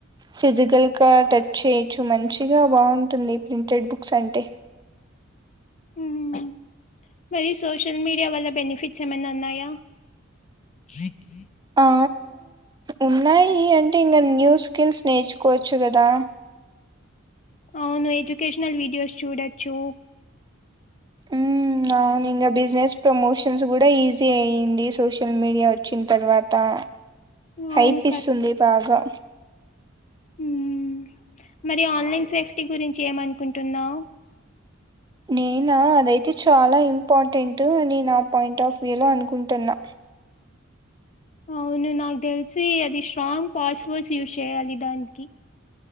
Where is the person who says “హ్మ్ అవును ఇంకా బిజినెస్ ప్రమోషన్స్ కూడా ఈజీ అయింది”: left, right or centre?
Right